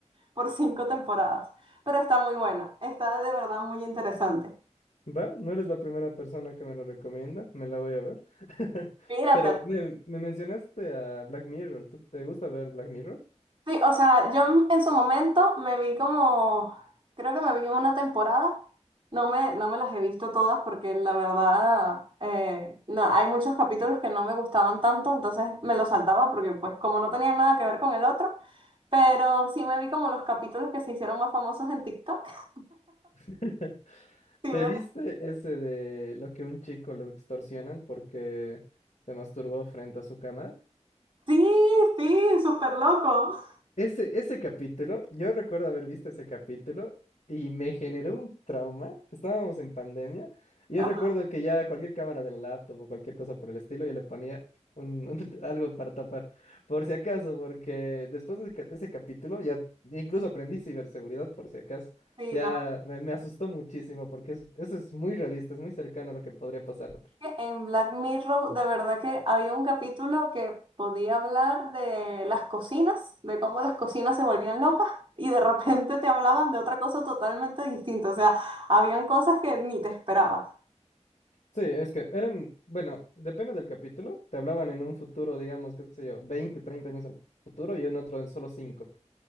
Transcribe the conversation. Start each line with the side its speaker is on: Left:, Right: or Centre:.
Right: por cinco temporadas. Pero está muy buena, está de verdad muy interesante.
Left: Va, no eres la primera persona que me lo recomienda, me la voy a ver. <laughs>
Right: Míratela.
Left: Pero me, me mencionaste a Black Mirror, ¿tú te gusta ver Black Mirror?
Right: Sí, o sea, yo en su momento me vi como, creo que me vi una temporada, no me, no me las he visto todas porque la verdad, eh, no, hay muchos capítulos que no me gustaban tanto, entonces me los saltaba porque pues como no tenían nada que ver con el otro, pero sí me vi como los capítulos que se hicieron más famosos en TikTok. <laughs>
Left: <laughs>
Right: Sí,
Left: ¿Te
Right: me-
Left: viste ese de lo que un chico lo extorsionan porque se masturbó frente a su cámara?
Right: sí, sí, súper loco.
Left: Ese, ese capítulo, yo recuerdo haber visto ese capítulo y me generó un trauma. Estábamos en pandemia. y Yo
Right: <laughs>
Left: recuerdo que ya cualquier cámara de la laptop o cualquier cosa por el estilo, yo le ponía un, un- <laughs> algo para tapar, por si acaso, porque después de ca- ese capítulo ya incluso aprendí ciberseguridad por si acaso.
Right: Sí,
Left: Ya
Right: no.
Left: me, me asustó muchísimo porque es- eso es muy realista, es muy cercano a lo que podría pasarte.
Right: que En Black Mirror, de verdad que había un capítulo que podía hablar de las cocinas, de cómo las cocinas se volvían locas y de repente te hablaban de otra cosa totalmente distinta. O sea, habían cosas que ni te esperabas.
Left: Sí, es que eran, bueno, depende del capítulo, te hablaban en un futuro, digamos, qué sé yo, 20, 30 años al futuro y en otro en solo 5.